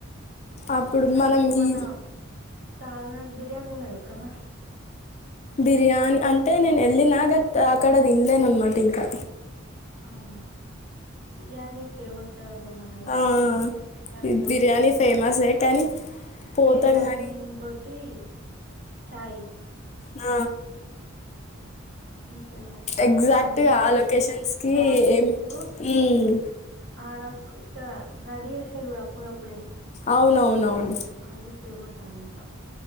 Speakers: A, on the left; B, on the right.
A: అప్పుడు
B: అద
A: మనం
B: మన
A: ఈ
B: చార్ బిర్యానీ తిన్నావు ఎప్పుడంగా
A: బిర్యానీ అంటే నేను వెళ్ళినా గట్ అక్కడ తినలేన అనమాట ఇంకా
B: అవునా బిర్యానీ టేమస్ బ్రు మన అయిరబ్బా
A: ఆ,
B: అ తమినడ
A: ఈ బిర్యానీ
B: దగ్గర
A: ఫేమసే కానీ పోతాం
B: బిర్యానీి
A: కానీ
B: ఇ కొటి చా్
A: ఆ
B: ఫేమస్
A: ఎగ్జాక్ట్గా
B: బ్యాంగిల్స్
A: ఆ లొకేషన్స్కి
B: బ్యాంగిల్స్
A: ఏం మ్మ్.
B: ఆడా ఇ రెడిీ స అప్పుడుేప్పుడే
A: అవునవునవును
B: అభ ఫేమస్ హడికా